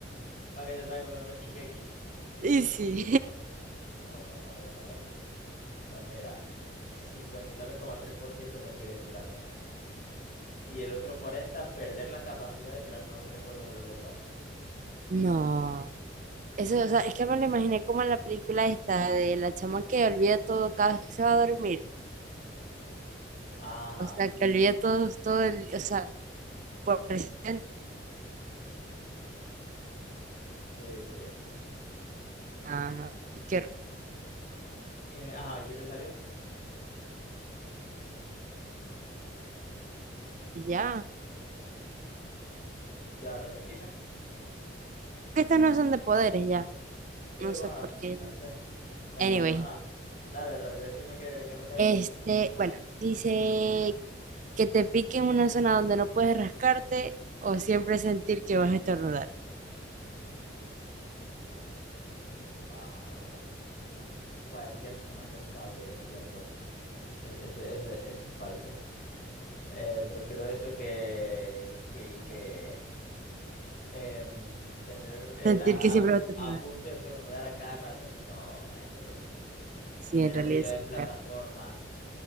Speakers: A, on the left (about 45°); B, on the right (about 40°).
A: Para que sepáis, volver a ver Shingeki.
B: Y sí.
A: Vamos a ver, vamos a ver, vamos a ver. Pues mira, cincuenta y nueve coma tres por ciento prefiere eso también. Y el otro 40, perder la capacidad de crear nuevos recuerdos a largo plazo.
B: <laughs> No. Eso, o sea, es que me lo imaginé como en la película esta de la chama que olvida todo cada vez que se va a dormir.
A: Ajá,
B: O sea, que olvida todo, todo el, o sea, por presente.
A: sí, sí.
B: No, no, qué horror.
A: Y me- ajá, ¿y qué te salió?
B: ya.
A: Ya, repetime.
B: que estas no son de poderes ya.
A: Sí,
B: No
A: bueno,
B: sé por qué.
A: no sé, no
B: Anyway,
A: sé, pero ajá. Dale, re- decime qué, qué es lo que hay
B: este,
A: ahí.
B: bueno, dice que te pique en una zona donde no puedes rascarte o siempre sentir que vas a estornudar.
A: Wow. Cualquier zona es rascable, lo siento. Eso, eso, eso, eso es falso. Eh, prefiero eso que, que, y que em, tener el
B: Sentir
A: a,
B: que siempre
A: a-
B: vas a estornudar.
A: a punto de estornudar a cada rato. No, man, lo siento.
B: Sí,
A: Imagínate
B: en realidad
A: yo
B: sí.
A: en plataforma,
B: bueno.